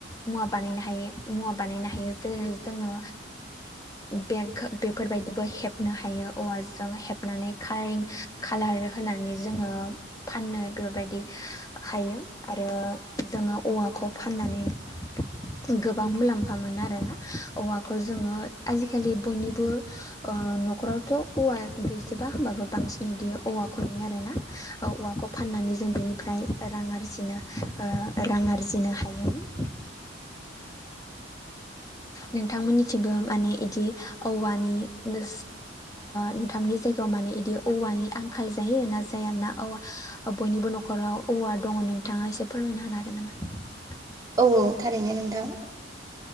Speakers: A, on the left; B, on the right.
A: औवा बानायनो हायो। मुवा बानायनो हायो जेरै जोङो बेग बेफोरबायदिबो हेपा थायो औवाजों हेबनानै कारिं कालार होनानै जोङो। फाननो बेफोरबादि हायो आरो जोङो औवाखौ फाननानै गोब गोबां मुलाम्फा मोनो आरोना औवाखौ जोङो आजिखालि बयनिबो ओम न'खरावथ' औवा गैजोबा होमबाबो बांसिनै इदि औवाखौ नुयो आरोना ओम औवाखौ फाननानै जों बेनिफ्राय रां आरजिनो रां आरजिनो हायो ओ।
B: <inaudible>
A: नोंथांमोननिथिंबो माने बिदि औवानिनो नोंथांनि जायगायाव माने बिदि औवानि आंखाल जायो ना जाया ना औवा। बयनिबो न'खराव औवा दङ नोंथाङा एसे फोरमायना होनानो हागोन नामा?
B: औ औ थारैनो नोंथां।